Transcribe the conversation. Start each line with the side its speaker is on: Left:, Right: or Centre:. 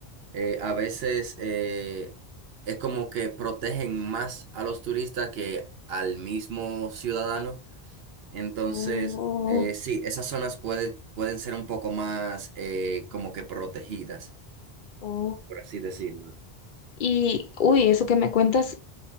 Right: Eh, a veces eh, es como que protegen más a los turistas que al mismo ciudadano entonces,
Left: Oh,
Right: eh, sí, esas zonas puede- pueden ser un poco más eh, como que protegidas,
Left: ok.
Right: por así decirlo.
Left: Y, uy, eso que me cuentas,